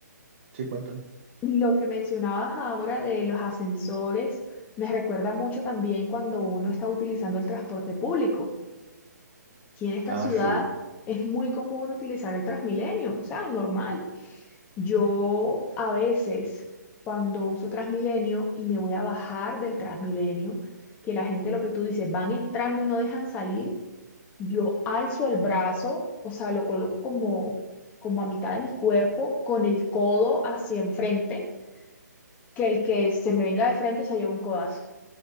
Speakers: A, on the right; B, on the left.
A: sí, cuentan.
B: lo que mencionabas ahora de los ascensores me recuerda mucho también cuando uno está utilizando el transporte público. Aquí en esta
A: Ah,
B: ciudad
A: sí.
B: es muy común utilizar el Transmilenio, o sea, normal. Yo a veces, cuando uso Transmilenio y me voy a bajar del Transmilenio, que la gente, lo que tú dices, van entrando y no dejan salir, yo alzo el brazo, o sea, lo coloco como, como a mitad de mi cuerpo, con el codo hacia enfrente, que el que se me venga de frente se lleva un codazo